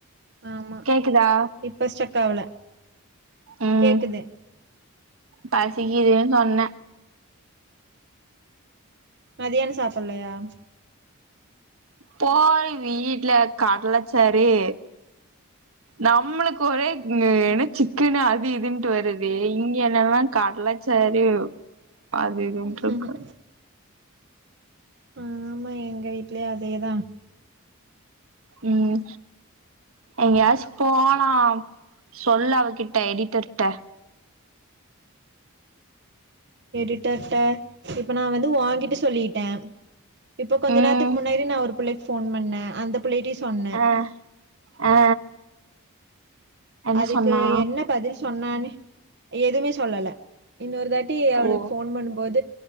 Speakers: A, on the right; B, on the right.
A: ஆமா
B: கேக்குதா
A: இப்ப ஸ்டக் ஆவல
B: ம்
A: கேக்குது
B: பசிக்குதுன் சொன்ன
A: மதியான சாப்ட்லையா
B: போய் வீட்ல கடலச்சரி நம்ளுக் <unintelligible> என்ன
A: ம்
B: சிக்குன்னு அது இதுன்னட்டு வருது அது இங்க என்னல்லா கடல சாரு அது இதுன்ட்ருக்கு
A: ம் ஆமா எங்க வீட்லயு அதேதா
B: ம் எங்கயாச்சு போலாம் சொல் அவகிட்ட எடிட்டர்ட்ட
A: எடிடர்ட் இப்ப நா வந்து ஓங்கிட்ட சொல்லிட்ட இப்ப கொஞ்ச
B: ம்
A: நேரத்துக்கு முன்னாடி நா ஒரு புள்ளைக்கு போன் பண்ண அந்த புள்ளைட்டையு சொன்
B: ஆ ஆ என்ன
A: அதுக்கு
B: சொன்னா
A: என்ன பதில் சொன்னானு எதுமே சொல்லல இன்னொரு தாட்டி அவளுக்கு
B: ஓ
A: ஃபோன் பண்ணும்போது